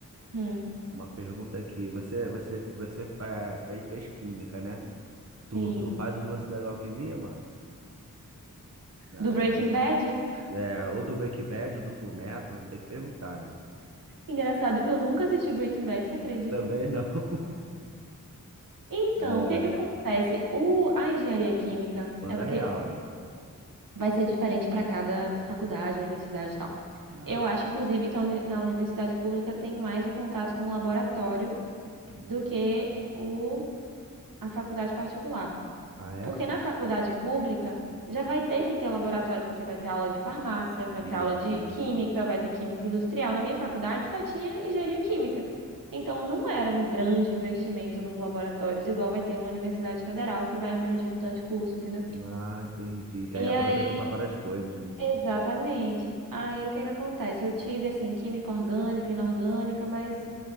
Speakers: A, on the right (about 85°); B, on the right (about 50°).
A: Hum,
B: Uma pergunta aqui. Você, você, você é, fe- fez química, né? Tu,
A: sim.
B: tu faz os lances das alquimia, mano? Ah,
A: Do Breaking
B: eu sempre,
A: Bad?
B: é, ou do Breaking Bad, ou do Fullmetal, tem que perguntar, né?
A: Engraçado que eu nunca assisti Breaking Bad, você acredita?
B: Também não. <laughs>
A: Então,
B: É,
A: o que que acontece? O, a engenharia química
B: manda
A: é porque
B: real, hein?
A: vai ser diferente para cada faculdade, universidade e tal.
B: Ah,
A: Eu acho, inclusive, que a uni- na universidade pública tem mais o contato com o laboratório
B: hum.
A: do que o, a faculdade particular.
B: Ah, é?
A: Porque na faculdade pública já vai ter que ter laboratório, porque vai ter aula de farmácia, vai
B: Isso,
A: ter aula de
B: isso.
A: química, vai ter química industrial. Na minha faculdade só tinha engenharia química. Então não era um grande investimento nos laboratórios, igual vai ter uma universidade federal que vai abranger um tanto de curso, entendeu?
B: Ah, entendi. Que
A: E
B: aí aproveita
A: aí,
B: pra várias coisas, né?
A: exatamente. Aí o que que acontece? Eu tive assim química orgânica, inorgânica, mas